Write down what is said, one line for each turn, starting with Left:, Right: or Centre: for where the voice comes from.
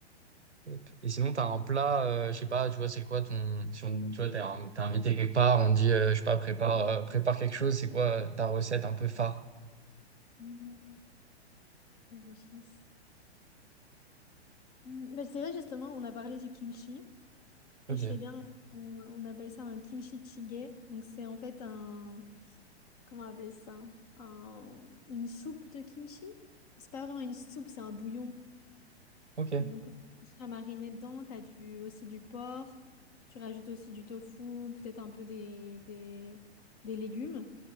Right: Hop. Et sinon, t'as un plat, euh, je sais pas, tu vois, c'est quoi ton, si on, tu vois, t'es un- t'es invité quelque part, on te dit, euh, je sais pas, prépare, euh, prépare quelque chose, c'est quoi euh, ta recette un peu phare?
Left: Mmh, Je réfléchisse. Hmm, bah, c'est vrai, justement, on a parlé du kimchi
Right: Ok,
Left: et je fais bien, on, on appelle ça un kimchi jjigae. Donc, c'est en fait un, comment appeler ça? Un, une soupe de kimchi? C'est pas vraiment une soupe, c'est un bouillon.
Right: ok.
Left: Donc, le kimchi à mariner dedans, t'as du, aussi du porc, tu rajoutes aussi du tofu, peut-être un peu des, des, des légumes.